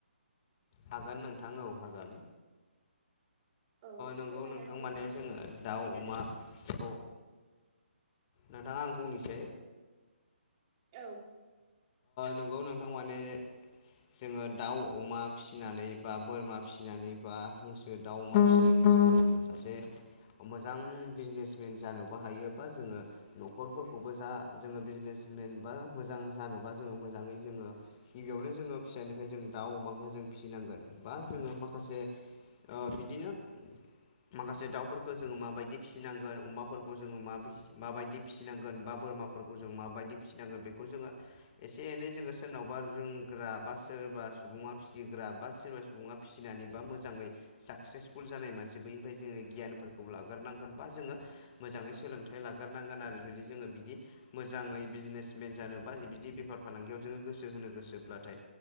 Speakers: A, on the left; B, on the right.
A: हागोन नोंथां औ हागोन।
B: औ
A: नंगौ
B: फोरमायना
A: नोंथां
B: होदो
A: माने
B: होमबा
A: जोंङो दाउ अमाखौ। नोंथां आं बुंनिसै।
B: औ।
A: नंगौ नोंथां माने। जोंङो दाउ अमा फिसिनानै बा बोरमा फिसिनानै बा हांसो दाउ अमा फिसिनानै। सासे। मोजां बिजनेसमेन जानोबो हायोबा जोंङो नखरफोरखौबो जा जोंङो बिजनेस। जेनेबा मोजां। जानोबा जोंङो मोजांङै जोंङो गिबियावनो जोंङो फिसानिफ्राय जों दाउ अमाखौ जों फिसिनांगोन बा जों। जोंङो माखासे बिदिनो। माखासे दाउफोरखौ जोंङो माबायदि फिसिनांगोन अमाफोरखौ जोंङो माबायदि फिसिनांगोन बा बोरमा। बोरमाफोरखौ जों माबायदि फिसिनांगोन बेखौ जोंङो। एसे एनै जोंङो सोरनावबा रोंग्रा बा सोरबा सुबुङा फिसिग्रा बा सोरबा सुबुङा। फिसिनानै बा मोजांङै साक्सेसफुल जानाय मानसि बैनिफ्राय जोंङो गियानफोरखौ लाग्रोनांगोन बा जोंङो। मोजांङै सोलोंथाइ लाग्रोनांगोन आरो जुदि जोंङो बिदि मोजांङै बिजनेसमेन जानो। बा बिदि बेफार फालांगियाव जोंङो गोसो होनो गोसोब्लाथाय